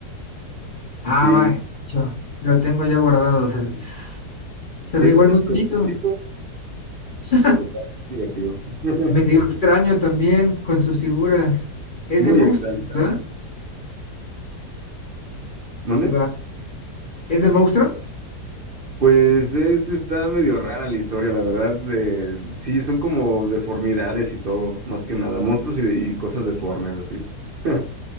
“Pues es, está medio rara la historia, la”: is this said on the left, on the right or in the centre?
Right